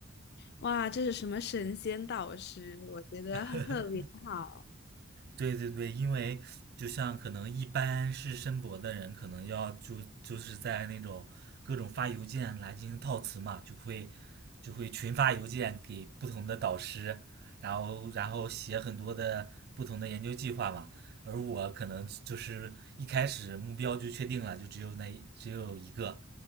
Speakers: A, on the left; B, on the right.
A: 哇，这是什么神仙导师，我觉得特别好。
B: <laughs> 对对对，因为就像可能一般是申博的人，可能要就就是在那种各种发邮件来进行套词嘛，就会就会群发邮件给不同的导师，然后然后写很多的不同的研究计划嘛。而我可能就是一开始目标就确定了，就只有那只有一个，